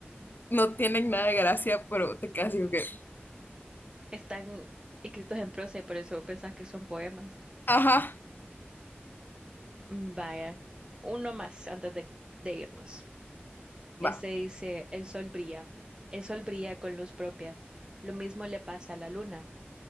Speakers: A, on the left; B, on the right.
A: no tienen nada de gracia, pero te quedas así como que,
B: Están escritos en prosa y por eso pensás que son poemas.
A: ajá,
B: Vaya, uno más antes de de irnos.
A: va.
B: Este dice, el sol brilla, el sol brilla con luz propia. Lo mismo le pasa a la luna,